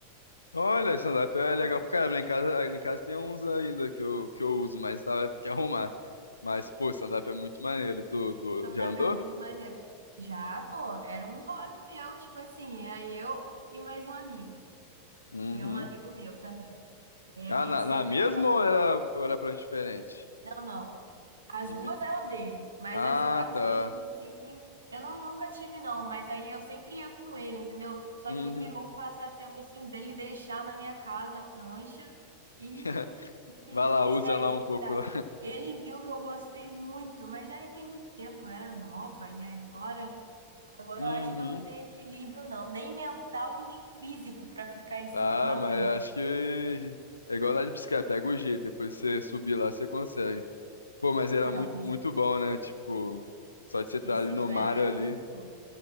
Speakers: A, on the left; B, on the right.
A: Olha, stand-up é legal
B: Ah,
A: pra caramba. Lá em casa, lá em casa tem uns ainda que eu, que eu uso, mas tava tem que arrumar. Mas, pô, stand-up é muito maneiro. Tu, tu
B: Stand-up
A: já andou?
B: é muito maneiro. Já, pô, era um hobby meu, tipo assim, era eu e mais um amigo.
A: Uhum.
B: E é um amigo meu também. E a
A: Ah,
B: gente
A: na,
B: sempre
A: na mesma
B: andava.
A: ou era, ou era prancha diferente?
B: Não, não. As
A: Dividir.
B: duas eram dele, mas
A: Ah,
B: às, às
A: tá.
B: vezes assim, eu não, nunca tive não, mas aí eu sempre ia com ele, entendeu? Só
A: Uhum.
B: que virou um passatempo assim dele deixar na minha casa a prancha e,
A: <laughs>
B: e,
A: Vai lá,
B: sério,
A: usa lá
B: de
A: um pouco
B: verdade.
A: lá.
B: Ele viu que eu gostei muito, mas aí tem muito tempo, eu era nova e aí agora, agora
A: Uhum.
B: eu acho que eu não tenho equilíbrio não, nem mental e nem físico para ficar em cima
A: Ah,
B: de uma
A: mas
B: prancha.
A: eu acho que é igual andar de bicicleta, pega o jeito, depois você subir lá, você consegue. Pô, mas era
B: É,
A: muito,
B: não, bici-
A: muito bom, né? Tipo, só de você estar
B: bicicleta
A: ali no mar ali,
B: é muito bom.